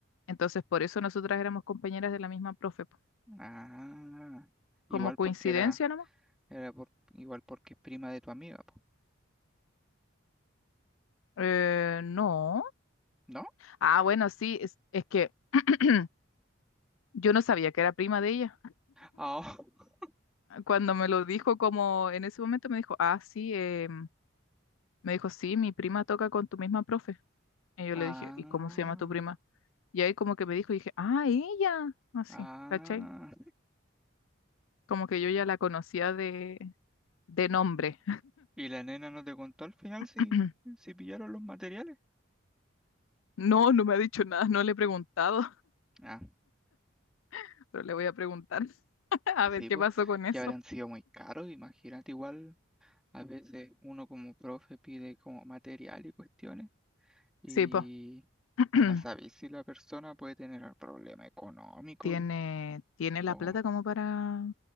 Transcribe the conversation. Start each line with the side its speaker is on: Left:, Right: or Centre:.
Left: entonces por eso nosotras éramos compañeras de la misma profe. po.
Centre: Ah, igual
Left: ¿Como coincidencia
Centre: porque era,
Left: nomás?
Centre: era por, igual porque es prima de tu amiga, po,
Left: Eh, no.
Centre: ¿no?
Left: Ah, bueno, sí, es, es que <clears throat> yo no sabía que era prima de ella.
Centre: Ah, <laughs>
Left: cuando me lo dijo, como en ese momento me dijo, ah, sí, eh, me dijo, sí, mi prima toca con tu misma profe. Y yo
Centre: ah.
Left: le dije, ¿y cómo se llama tu prima? Y ahí como que me dijo, y dije, ah, ella, así,
Centre: Ah,
Left: ¿cachai? Como que yo ya la conocía de, de nombre.
Centre: ¿y la nena no te contó al final
Left: <clears throat>
Centre: si, si pillaron los materiales?
Left: No, no me ha dicho nada, no le he preguntado,
Centre: Ah,
Left: <laughs> pero le voy a preguntar <laughs> a ver
Centre: sí,
Left: qué
Centre: pues,
Left: pasó con eso.
Centre: ya habrán sido muy caros, imagínate, igual a veces uno como profe pide como material y cuestiones y,
Left: Sí, pues, <clears throat>
Centre: y no sabéis si la persona puede tener el problema económico
Left: tiene, tiene
Centre: o...
Left: la plata como para